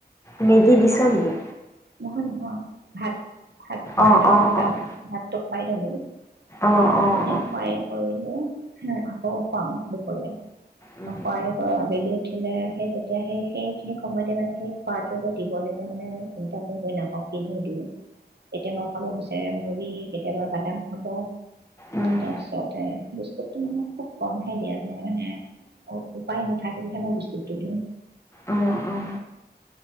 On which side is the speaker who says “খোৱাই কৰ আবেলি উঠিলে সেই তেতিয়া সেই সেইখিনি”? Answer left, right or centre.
Right